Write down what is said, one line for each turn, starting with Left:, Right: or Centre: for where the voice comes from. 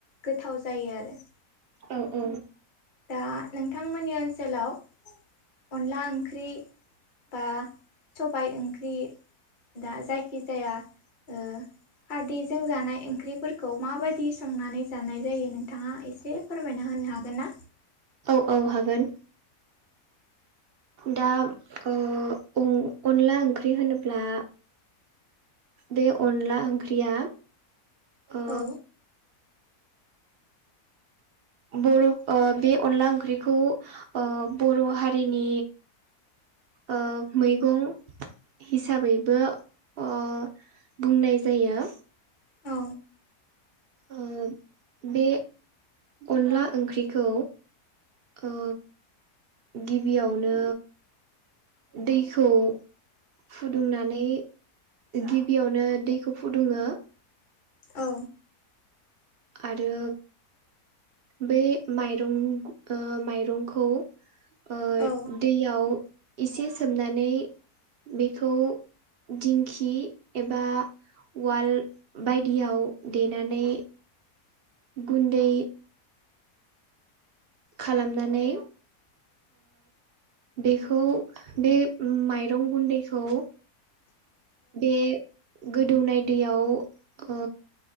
Left: गोथाव जायो आरो
Right: औ औ
Left: दा नोंथांमोननि ओनसोलाव अनला ओंख्रि बा सबाय ओंख्रि दा जायखि जाया ओ खारदैजों जानाय ओंख्रिफोरखौ माबायदि संनानै जानाय जायो नोंथाङा एसे फोरमायना हो मान हागोन ना?
Right: औ हागोन दा ओ अन-अनला ओंख्रि होनोब्ला बे अनला ओंख्रिया ओ
Left: औ
Right: बर' ओ बे अनला ओंख्रिखौ ओ बर' हारिनि ओ मैगं हिसाबैबो ओ बुंनाय जायो।
Left: औ
Right: ओ बे अनला ओंख्रिखौ ओ गिबियावनो दैखौ फुदुंनानै गिबियावनो दैखौ फुदुङो
Left: औ
Right: आरो बेै माइरं ओ माइरंखौ ओ
Left: औ औ
Right: दैयाव एसे सोमनानै बेखौ दिंखि एबा वाल बायदियाव दैनानै गुन्दै खालामनानै बेखौ ओ बे माइ रं गुन्दैखौ बे गोदौनाय दैयाव ओ